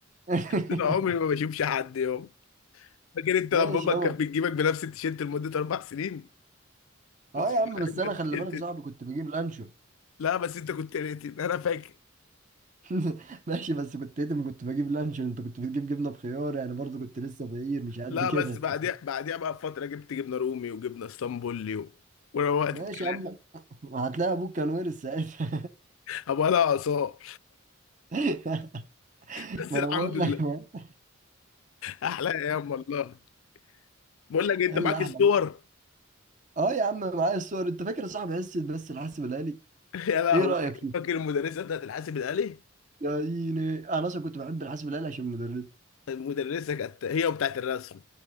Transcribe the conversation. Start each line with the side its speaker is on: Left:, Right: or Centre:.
Right: <laughs>
Left: انا عمري ما بشوفش حد يوم فاكر انت
Right: ايش
Left: لما امك
Right: يابا
Left: كانت بتجيبك بنفس التيشيرت لمده اربع سنين
Right: اه
Left: كنت شغال
Right: يا عم بس
Left: انت
Right: انا
Left: التيشيرت
Right: خلي بالك يا صاحبي كنت بجيب لانشو
Left: لا بس انت كنت ريتد انا فاكر
Right: <laughs> ماشي بس كنت ايتم كنت بجيب لانشو انت كنت بتجيب جبنه بخيار يعني برضه كنت لسه فقير مش قد
Left: لا
Right: كده
Left: بس
Right: <laughs> انت
Left: بعديها بعديها بقى بفتره جبت جبنه رومي وجبنه اسطنبولي و... وروقت
Right: ماشي
Left: الكلام
Right: يا عم <laughs> هتلاقي ابوك كان وارث ساعتها
Left: ابقى لها اثار
Right: <laughs>
Left: بس
Right: ما
Left: الحمد
Right: انا بقول
Left: لله
Right: لك <laughs> ايه
Left: احلى ايام والله بقول لك إيه، انت
Right: اللي
Left: معاك
Right: احلى
Left: الصور
Right: اه يا عم معايا الصور انت فاكر صاحب حصه بس الحاسب الالي
Left: <laughs> يا لهوي
Right: ايه رايك فيه
Left: فاكر المدرسه بتاعت الحاسب الالي
Right: يا ديني انا اصلا كنت بحب الحاسب الالي عشان المدرس
Left: المدرسه كانت هي وبتاعت الرسم